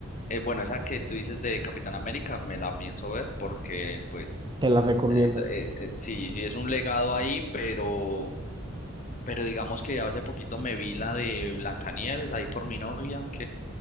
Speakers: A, on the left (about 40°); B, on the right (about 20°).
A: eh, bueno, esa que tú dices de Capitán América, me la pienso ver porque pues
B: te la recomiendo.
A: eh, es- eh, eh, sí, sí es un legado ahí, pero, pero digamos que hace poquito me vi la de Blancanieves ahí por mi novia,